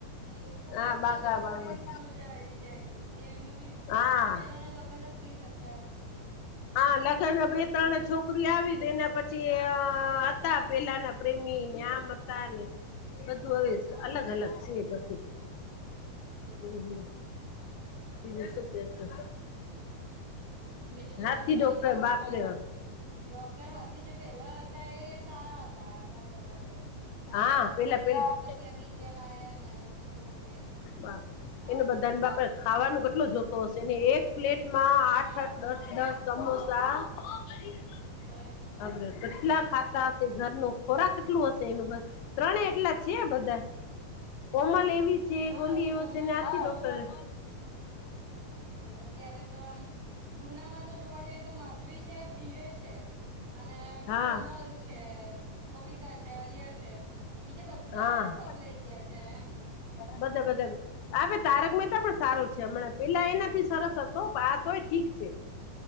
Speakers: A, on the right; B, on the left.
A: એ પોપટલાલ
B: હા બાઘા
A: વાળોબી
B: બાવરી
A: મજા આઈ જાય એનું બી
B: હા
A: બિચારા ના લગ્ન જ નહી થતા.
B: હા લગ્ન ના બે ત્રણ છોકરી આવી એના પછી હતા પેલાના. પ્રેમી ને આમ હતા ને. બધું હવે
A: હા
B: અલગ અલગ છે બધું
A: તેજ
B: હમ હમ. બીજુ શું કેતા તા.
A: બીજું તો
B: હાથી
A: બસ કઈ
B: ડોક્ટર
A: નય જો
B: બાપરે
A: ડોક્ટર હાથી જે પેલા હતા એ સારા હતા અતાર કરતા તો. અહીંયા
B: હા
A: ઓફ
B: પેલા
A: થઇ ગયા
B: પેલા
A: એટલે પછી આ બીજા લાયા ને તો થોડું કે
B: બાપ
A: આમ
B: એને બધાને બાપા ખાવાનું કેટલું જોતો હશે ને એક પ્લેટમાં
A: હા
B: આઠ આઠ દસ દસ સમોસા આપ.
A: તો
B: <inaudible> કેટલા ખાતા હશે ઘર નુ ખોરાક કેટલું હશે એનું બ ત્રણે એટલા છે. બધા કોમલ એવી છે.
A: હા
B: ગોલી
A: કોમલ
B: એવો છે. ને હાથી ડોક્ટર
A: અત્યારે તો આમ જુનામાં તો જોવા જઈએ તો માધવી છે. ભીડે છે. અને
B: હા
A: કોમલ છે. બબીતા છે અયર છે. બીજે બધા
B: હા
A: બદલાઈ ગયા છે. એમ
B: બધા બદલ હવે તારક મહેતા પણ સારો છે. હમણાં પેલા એનાથી સરસ હતો આ તોય ઠીક છે.